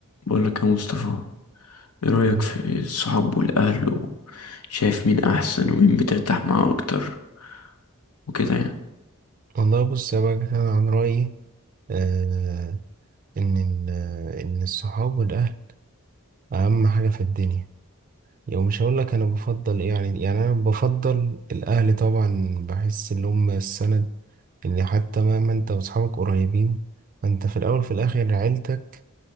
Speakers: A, on the left; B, on the right.
A: بقول لك يا مصطفى ايه رأيك
B: مم.
A: في الصحاب والأهل وشايف مين أحسن ومين بترتاح معاه أكتر وكده يعني
B: والله بص يا بقى أنا عن رأيي آه إن ال- آه، إن الصحاب والأهل أهم حاجة في الدنيا يعني مش هقول لك أنا بفضل إيه يعني يعني أنا بفضل الأهل طبعا بحس إن هم السند إن حتى مهما أنت وأصحابك قريبين فأنت في الأول في الآخر عيلتك